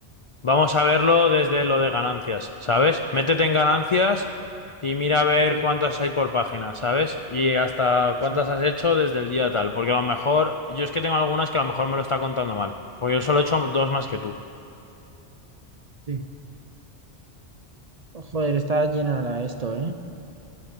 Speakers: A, on the left; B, on the right.
A: Vamos a verlo desde lo de ganancias, ¿sabes? Métete en ganancias y mira a ver
B: Ok,
A: cuántas hay por página, ¿sabes? Y hasta
B: sí,
A: cuántas has hecho desde el día tal, porque a lo mejor, yo es que tengo algunas que a lo mejor me lo está contando mal, porque yo solo he hecho dos más que tú.
B: sí. Oh, Joder, está llena la esto, ¿eh?